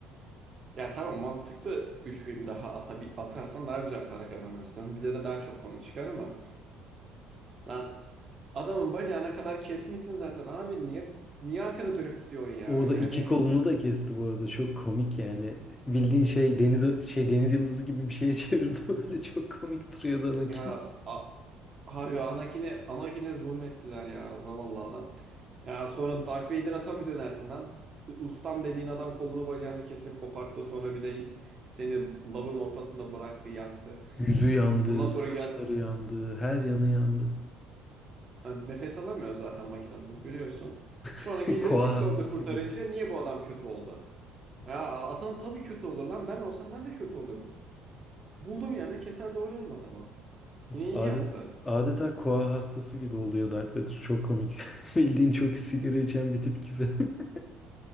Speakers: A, on the right; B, on the left.
A: Ya tamam mantıklı 3 film daha atabi atarsan daha güzel para kazanırsın. Bize de daha çok konu çıkar ama Lan adamın bacağına kadar kesmişsin zaten abi niye niye arkana dönüp
B: <laughs>
A: gidiyorsun
B: Orada
A: ya? Yani
B: iki kolunu da kesti bu arada. Çok komik yani. Bildiğin şey deniz şey deniz yıldızı gibi bir şeye <laughs> çevirdi böyle. Çok komik duruyordu Anakin.
A: ya a- abi Anakin'e Anakin'e zulmettiler ya zavallı adam. Ya sonra Darth Vader'a tabii dönersin lan. Bu Ustam dediğin adam kolunu bacağını kesip koparttı sonra bir de seni lavın ortasında bıraktı yaktı.
B: Yüzü yandı,
A: Ondan sonra
B: saçları
A: gel
B: yandı, her yanı yandı.
A: e, nefes alamıyor zaten makinasız biliyorsun. Sonra
B: <laughs>
A: geliyor
B: Koa
A: Sith
B: hastası
A: Lord'u kurtarınca
B: gibi.
A: niye bu adam kötü oldu? Ya adam tabii kötü olur lan ben olsam ben de kötü olurum. Bulduğum yerde keser doğrarım adamı. Yine
B: Adet,
A: iyi yaptı.
B: adeta koa hastası gibi oluyor Darth Vader. Çok komik. <laughs> Bildiğin çok sigara içen bir tip gibi. <laughs>